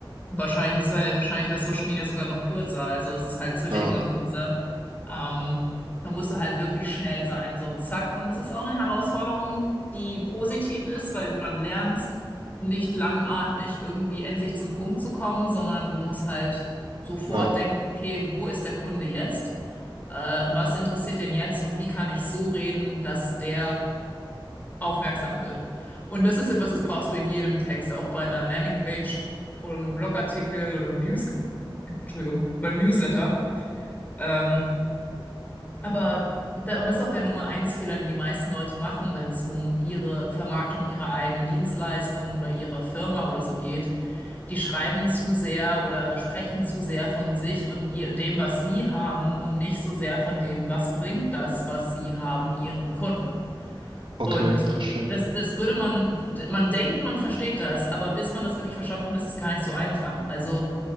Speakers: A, on the left; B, on the right.
A: Wahrscheinlich ist es wahrscheinlich bei Social Media sogar noch kürzer. Also es ist halt, es wird
B: Ja,
A: ja immer kürzer. Ähm, da musst du halt wirklich schnell sein. So, zack. Und das ist auch eine Herausforderung, die positiv ist, weil du dann lernst, nicht langatmig irgendwie endlich zum Punkt zu kommen, sondern du musst halt sofort
B: ja,
A: denken, okay, wo ist der Kunde jetzt? Äh, was interessiert den jetzt und wie kann ich so reden, dass der aufmerksam wird. Und das ist etwas, das brauchst du in jedem Text, auch bei einer Landingpage oder einem Blogartikel oder einem News, Entschuldigung, beim Newsletter. Ähm, aber da, und das ist auch der Nummer eins Fehler, den die meisten Leute machen, wenn es um ihre Vermarktung ihrer eigenen Dienstleistung oder ihrer Firma oder so geht. Die schreiben zu sehr oder sprechen zu sehr von sich und ihr, dem, was sie haben und nicht so sehr von dem, was bringt das, was sie haben, ihrem Kunden.
B: okay,
A: Und
B: verstehe.
A: das, das würde man, man denkt, man versteht das, aber bis man das wirklich verstanden hat, ist es gar nicht so einfach. Also